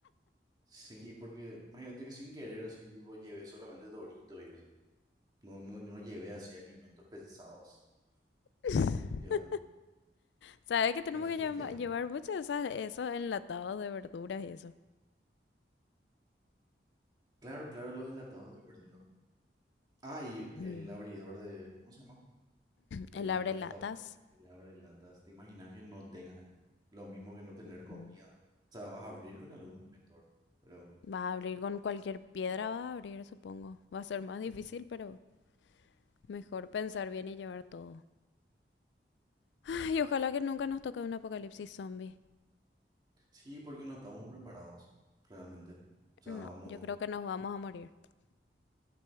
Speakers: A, on the right; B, on the left.
A: Sí, porque imagínate que sin querer así, tipo, llevé solamente Doritos y eso. No, no, no llevé así alimentos pensados.
B: <laughs>
A: Tipo, ya,
B: ¿Sabes que tenemos
A: ya fuiste
B: que lleva-
A: ya.
B: llevar muchos de esas- esos enlatados de verduras y eso?
A: Claro, claro, los enlatados de verdura. Ah, y
B: Mm.
A: el abridor de, ¿cómo se llama? El
B: El abre
A: destap,
B: latas.
A: el abre latas. ¿Te imaginas que no tengas eso? Lo mismo que no tener
B: Mm,
A: comida. O sea, vas a abrir con algún momento, ¿verdad? Pero
B: Va a abrir con cualquier piedra, va a abrir, supongo. Va a ser más difícil,
A: mm,
B: pero mejor pensar bien y llevar todo. Ay, ojalá que nunca nos toque un apocalipsis zombie.
A: sí, porque no estamos preparados, realmente. O sea,
B: No,
A: vamos.
B: yo creo que nos vamos a morir.